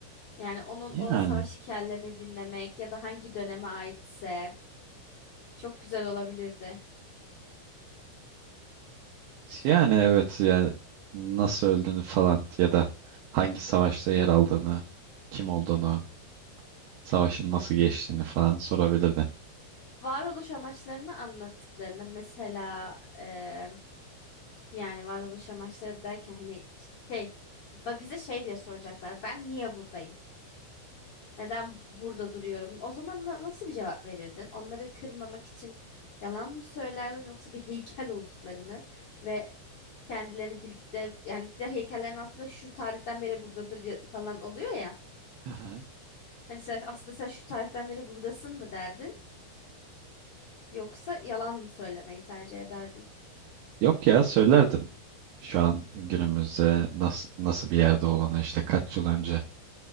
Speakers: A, on the left (about 70°); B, on the right (about 80°).
A: Yani onun
B: Yani.
A: o savaş hikayelerini dinlemek ya da hangi döneme aitse çok güzel olabilirdi.
B: Yani evet ya nasıl öldüğünü falan ya da hangi savaşta yer aldığını, kim olduğunu, savaşın nasıl geçtiğini falan sorabilirdin.
A: varoluş amaçlarını anlattıklarında mesela eee, yani varoluş amaçları derken hani şey ba- bize şey diye soracaklar ben niye buradayım? Neden burada duruyorum? O zaman na- nasıl bir cevap verirdin? Onları kırmamak için yalan mı söylerdin yoksa bir heykel olduklarını ve kendilerini bildikleri yani bir de heykellerin altında şu tarihten beri buradadır ya- falan oluyor ya.
B: Aha.
A: Hani sen, aslında sen şu tarihten beri buradasın mı derdin yoksa yalan mı söylemeyi tercih ederdin?
B: Yok ya söylerdim. Şu an günümüzde nasıl nasıl bir yerde olduğunu işte kaç yıl önce